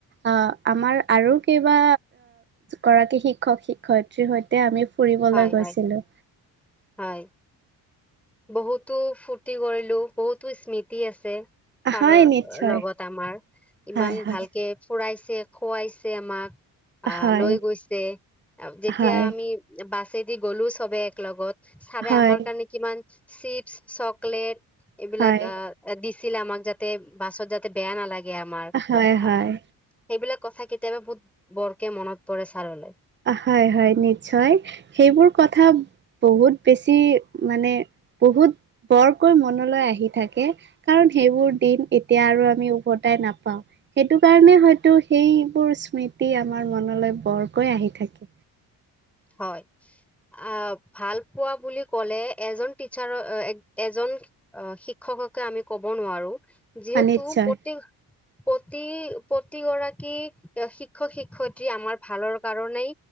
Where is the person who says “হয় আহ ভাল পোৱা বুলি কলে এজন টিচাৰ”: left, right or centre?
Centre